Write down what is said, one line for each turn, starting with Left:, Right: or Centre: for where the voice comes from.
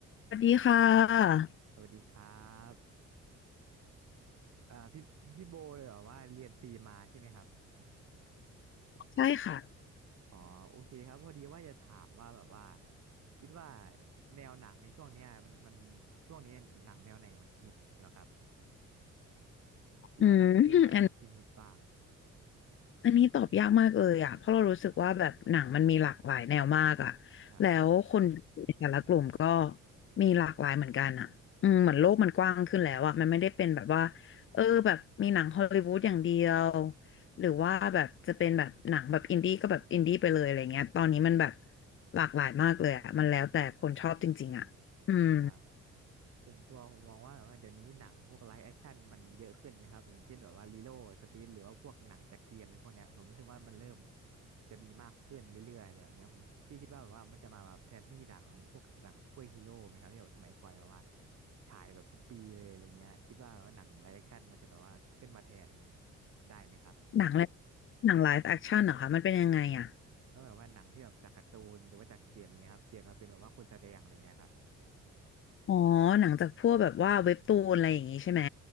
Left: สวัสดีค่ะ
Right: สวัสดีครับอ่าพี่พี่โบเลยเหรอว่าเรียนฟรีมาใช่ไหมครับ
Left: ใช่ค่ะ
Right: อ๋อโอเคครับพอดีว่าจะถามว่าแบบว่าคิดว่าแนวหนังในช่วงเนี้ยมันมันช่วงนี้หนังแนวไหนมันฮิตเหรอครับคิดว่าหนังประเภทไหนที่ฮิตบ้าง
Left: อืม <laughs> อันอันนี้ตอบยากมากเลยอ่ะเพราะเรารู้สึกว่าแบบหนังมันมีหลากหลายแนวมากอ่ะ
Right: ใช่
Left: แล้วคนในแต่ละกลุ่มก็มีหลากหลายเหมือนกันอ่ะอืมเหมือนโลกมันกว้างขึ้นแล้วอ่ะมันไม่ได้เป็นแบบว่าเออแบบมีหนังฮอลลีวูดอย่างเดียวหรือว่าแบบจะเป็นแบบหนังแบบอินดี้ก็แบบอินดี้ไปเลยอะไรเงี้ยตอนนี้มันแบบหลากหลายมากเลยอ่ะมันแล้วแต่คนชอบจริงๆอ่ะอืม
Right: ครับ ส่วนตัวผมมองว่าแบบว่าเดี๋ยวนี้หนังพวกไลฟ์แอคชั่นมันเยอะขึ้นไหมครับอย่างเช่นแบบว่าลีโลสตรีทหรือว่าพวกหนังจากเกมในพวกเนี้ยผมรู้สึกว่ามันเริ่มจะมีมากขึ้นเรื่อยๆอะไรแบบเนี้ยผมพี่คิดว่าแบบว่ามันจะมาแบบแทนที่หนังพวกหนังซูเปอร์ฮีโร่ไหมครับที่แบบสมัยก่อนแบบว่าฉายแบบทุกปีเลยอะไรเงี้ยคิดว่าว่าหนังไลฟ์แอคชั่นมันจะแบบว่าขึ้นมาแทนได้ไหมครับ
Left: หนังอะไรหนังไลฟ์แอคชั่นเหรอคะมันเป็นยังไงอ่ะ
Right: ก็แบบว่าหนังที่แบบจากการ์ตูนหรือว่าจากเกมอย่างเงี้ยครับเปลี่ยนมาเป็นแบบว่าคนแสดงอะไรเงี้ยครับ
Left: อ๋อหนังจากพวกแบบว่าเว็บตูนอะไรอย่างงี้ใช่ไหม